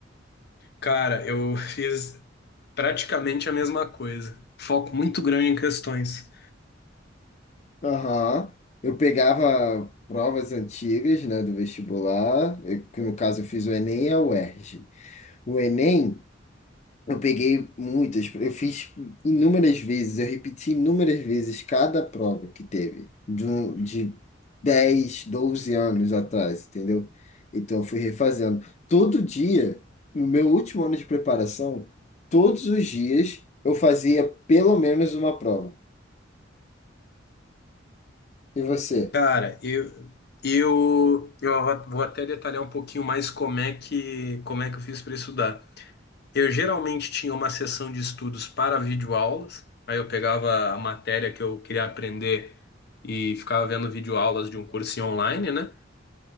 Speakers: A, on the left; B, on the left.
A: Cara, eu <laughs> fiz praticamente a mesma coisa. Foco muito grande em questões.
B: Aham. Eu pegava provas antigas, né, do vestibular, eu- que no caso eu fiz o Enem e a UERJ. O Enem, eu peguei muitas, eu fiz inúmeras vezes, eu repeti inúmeras vezes cada prova que teve, de, um, de 10 12 anos atrás, entendeu? Então eu fui refazendo. Todo dia, no meu último ano de preparação, todos os dias eu fazia pelo menos uma prova. E você?
A: Cara, eu eu eu vou até detalhar um pouquinho mais como é que como é que eu fiz pra estudar. Eu geralmente tinha uma sessão de estudos para videoaulas, aí eu pegava a matéria que eu queria aprender e ficava vendo videoaulas de um cursinho online, né?